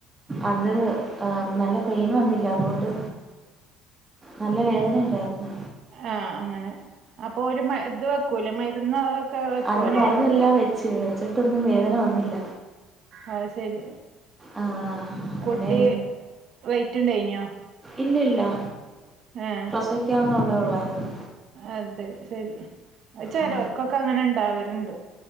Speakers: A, on the right (about 20°); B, on the right (about 55°).
A: അത് നല്ല പെയിൻ വന്നില്ല അതോണ്ട് നല്ല വേദന ഇണ്ടായിരുന്നു
B: ഏഹ്.. അങ്ങനെ.. അപ്പൊ ഓര് ഇത് വെക്കൂലേ മരുന്ന് ഒക്കെ വെക്കുവല്ലോ
A: അത് മരുന്നെല്ലാം വെച്ച് വെച്ചിട്ടൊന്നും വേദന വന്നില്ല
B: അഹ് ശരി
A: ആ അങ്ങനെ
B: കുട്ടി വെയിറ്റുണ്ടായിനോ?
A: ഇല്ലെല്ലാ
B: ഏഹ്
A: <unintelligible> ഉള്ളായിരുന്നു
B: അത് ശെരി അത് ചെലോൽക്കൊക്കെ
A: ആ
B: അങ്ങനെ ഇണ്ടാവല്ണ്ട്